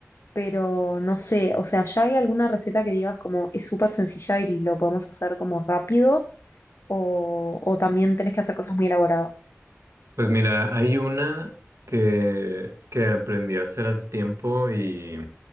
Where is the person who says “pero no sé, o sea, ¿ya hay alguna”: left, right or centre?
Left